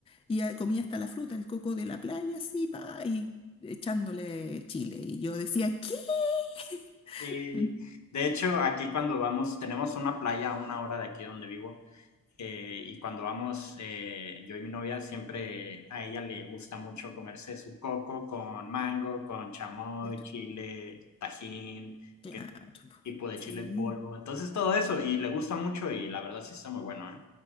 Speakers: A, on the left; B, on the left.
A: y ella comía hasta la fruta, el coco de la playa, así, pa, y echándole chile. Y yo decía, ¿qué? <laughs>
B: Sí,
A: Mm,
B: de hecho, aquí cuando vamos, tenemos una playa a una hora de aquí donde vivo. eh, y cuando vamos, eh, yo y mi novia siempre a ella le gusta mucho comerse su coco con mango, con chamoy,
A: Claro,
B: chile, tajín,
A: claro.
B: que
A: po.
B: tipo de
A: Sí,
B: chile en polvo. Entonces todo eso, y le gusta mucho y la verdad sí está muy bueno, ¿eh?